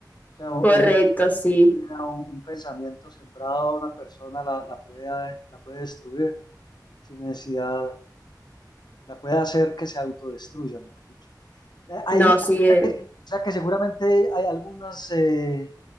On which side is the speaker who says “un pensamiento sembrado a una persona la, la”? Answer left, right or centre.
Left